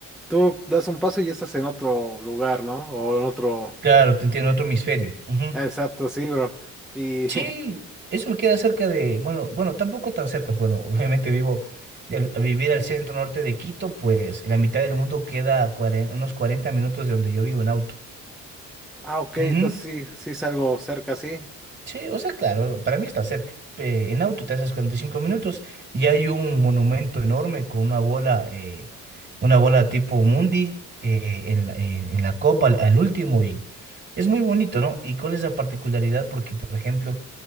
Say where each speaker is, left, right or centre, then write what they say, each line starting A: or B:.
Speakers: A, in the centre; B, on the right (about 35°).
A: tú das un paso y estás en otro lugar, ¿no? O en otro,
B: Claro, te entiendo, otro hemisferio. Ujú.
A: exacto, sí, bro. Y,
B: Sí, eso me queda cerca de, bueno, bueno, tampoco tan cerca, bueno, <laughs> obviamente vivo, y al, al vivir al centro norte de Quito, pues en la mitad del mundo queda cuaren- unos 40 minutos de donde yo vivo en auto.
A: <laughs> ah, ok,
B: Ujú.
A: entonces sí, sí es algo cerca, sí.
B: Sí, o sea, claro, para mí está cerca. Eh, en auto te haces 45 minutos y hay un monumento enorme con una bola, eh, una bola tipo Mundi eh, en la, en- en la copa al, al último y es muy bonito, ¿no? ¿Y cuál es la particularidad? Porque, por ejemplo,